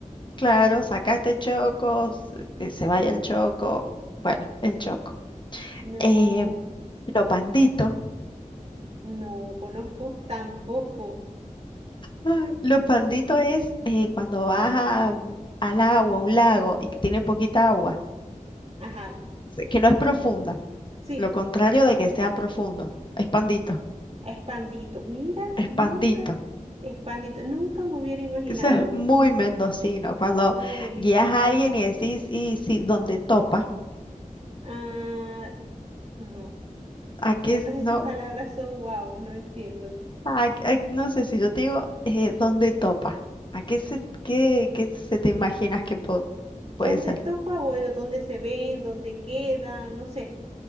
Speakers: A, on the left; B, on the right.
A: Claro, sacaste Choco, s- que se vaya el Choco, bueno, el Choco.
B: No,
A: Eh, lo pandito,
B: no conozco tampoco.
A: ay, lo pandito es eh, cuando vas a, mm, al agua, a un lago y que tiene poquita agua,
B: Ajá,
A: se- que no es profunda,
B: sí,
A: lo contrario de que sea profundo, es pandito,
B: Espandito. Mira,
A: es
B: nunca,
A: pandito.
B: Espandito, nunca me hubiera imaginado.
A: Eso es muy mendocino, cuando
B: Uy,
A: guías a alguien y decís, y si, donde topa,
B: ah, no.
A: aquí
B: Todas
A: es,
B: esas
A: no,
B: palabras son wow, no entiendo.
A: Ah, ay, no sé si yo te digo, eh, ¿dónde topa? ¿A qué se, qué, qué se te imaginas que po-
B: ¿Dónde
A: puede ser?
B: topa, bueno? ¿Dónde se ven? ¿Dónde queda? No sé.